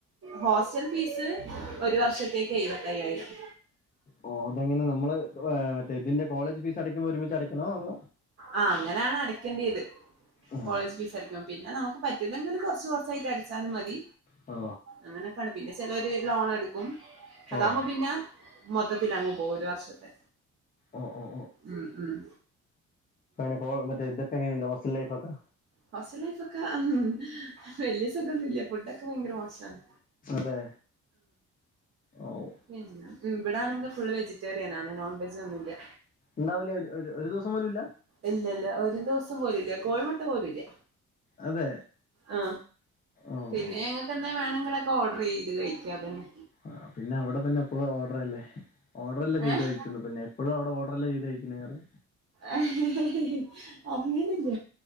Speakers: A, on the right (about 45°); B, on the left (about 30°).
A: ഹോസ്റ്റൽ ഫീസ് ഒരു വർഷത്തേക്ക് എഴുപത്തയ്യായിരം
B: ഓ അതെങ്ങനെ നമ്മള് മറ്റേ ഇതിന്റെ കോളേജ് ഫീസ് അടയ്ക്കുമ്പോൾ ഒരുമിച്ച് അടയ്ക്കണൊ അതൊ
A: ആഹ് അങ്ങനെയാണ് അടക്കേണ്ടത്
B: ഏഹ്
A: കോളേജ് ഫീസ് അടക്കുമ്പോ പിന്നെ നമുക്ക് പറ്റൂലെ ങ്കിൽ കുറച്ചു കുറച്ചായിട്ട് അടച്ചാലും മതി
B: ഓ
A: അങ്ങനൊക്കാണ് പിന്നെ ചെലോര് ലോൺ എടുക്കും അതാവുമ്പോ
B: ഓഹ്
A: പിന്ന മൊത്തത്തിൽ അങ്ങ് പോകും ഒരു വർഷത്തെ
B: ഓഹ് ഓഹ്
A: മ്മ് മ്മ്
B: അപ്പോ ഇതൊെക്കെങ്ങനെയുണ്ട് ഹോസ്റ്റൽ ലൈഫൊക്കെ
A: ഹോസ്റ്റൽ ലൈഫ് ഒക്കെ മ്മ് വലിയ സുഖൊന്നുംല്ല ഫുഡൊക്കെ ഭയങ്കര മോശാണ്‌.
B: അതെ ഓ
A: പിന്നെ ഇവിടാണെങ്കിൽ ഫുൾ വെജിറ്റേറിയൻ ആണ് നോൺ വെജ് ഒന്നും ഇല്ല
B: ഉണ്ടാവില്ല ഒരു ഒരു ദിവസം പോലും ഇല്ല
A: ഇല്ല ഇല്ല ഒരു ദിവസം പോലുംല്ല കോഴിമുട്ട പോലുംല്ല
B: അതെ
A: ആ
B: ഓഹ്
A: പിന്നെ ഞങ്ങൾക്കെന്തേ വേണങ്കിലൊക്കെ ഓർഡർ ചെയ്ത് കഴിക്ക അതന്നെ
B: ആ പിന്നെ അവിടെ പിന്നെ എപ്പോഴും ഓർഡർ അല്ലേ ഓർഡർ അല്ലേ ചെയ്ത്
A: ഏഹ്
B: കഴി ള്ളൂ പിന്നെ എപ്പൊ ഴും അവിടെ ഓർഡറല്ലെ ചെയ്ത് കഴിക്കുന്നെ പറയാ
A: ഏഹ് അങ്ങനില്ല